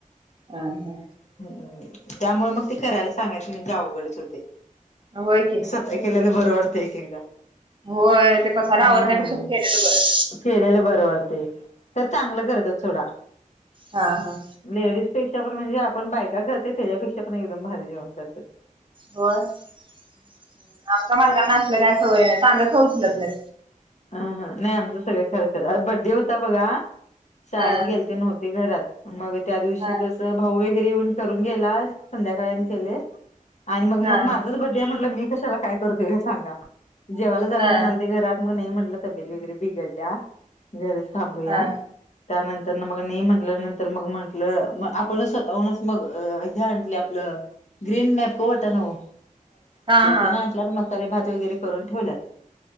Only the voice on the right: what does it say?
हा हा.
होय की.
होय ते पसारा
आवरण्यापेक्षा ते केलेलं बरं.
हा हा.
होय आमच्या मालकांना असलं काय सवय नाही तांब्या सुद्धा उचलत नाही.
हा
हा
हा
हा
हा
हा
हा.